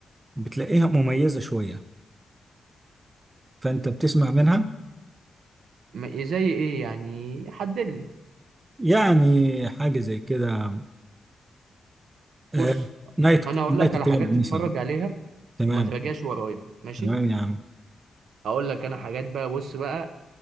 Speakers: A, on the right; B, on the right.
A: بتلاقيها مميزة شوية فأنت بتسمع منها
B: م- زي ايه يعني حدد لي
A: يعني حاجة زي كده آه،
B: بص
A: نايت
B: انا هقول
A: نايت
B: لك على
A: كلاب
B: حاجات تتفرج
A: مثلا
B: عليها
A: تمام
B: وما تراجعش ورايا ماشي
A: تمام يا عم
B: هقول لك انا حاجات بقى بص بقى